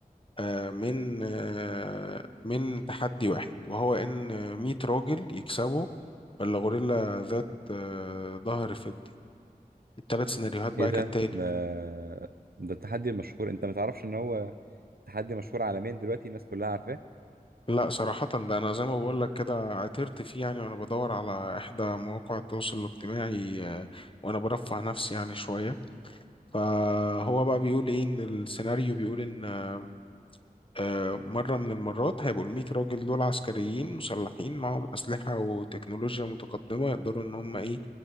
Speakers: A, on the left (about 35°); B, on the right (about 75°).
A: آه، من آه، من تحدي واحد وهو ان 100 راجل يكسبوا ولا غوريلا ذات آه، ظهر فضي الثلاث سيناريوهات بقى
B: ايه ده
A: كالتالي
B: ده ده التحدي المشهور انت ما تعرفش ان هو تحدي مشهور عالميا دلوقتي الناس كلها عارفاه
A: لا صراحة ده أنا زي ما بقول لك كده عثرت فيه يعني وأنا بدور على إحدى مواقع التواصل الاجتماعي آه، وأنا برفه نفسي يعني شوية فهو بقى بيقول إيه إن السيناريو بيقول إن آه، آه، مرة من المرات هيبقوا الميت راجل دول عسكريين مسلحين معاهم أسلحة وتكنولوجيا متقدمة يقدروا إن هم إيه